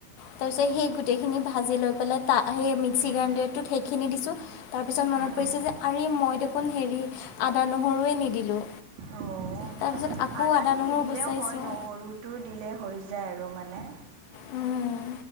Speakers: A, on the left; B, on the right.
A: তাৰপিছত সেই গোটেইখিনি ভাজি লৈ পেলাই, তা, সেই মিক্সি গ্ৰাইণ্ডাৰটোত
B: অ
A: সেইখিনি দিছোঁ। তাৰপিছত মনত
B: উম
A: পৰিছে
B: উম
A: যে, আৰে মই দেখোন হেৰি আদা, নহৰুৱে নিদিলোঁ।
B: অঁ,
A: তাৰপিছত আকৌ
B: আদাটো
A: আদা নহৰু
B: নিদিলেও
A: গুচাইছোঁ
B: হয়, নহৰুটো দিলে হৈ যায় আৰু মানে।
A: উম,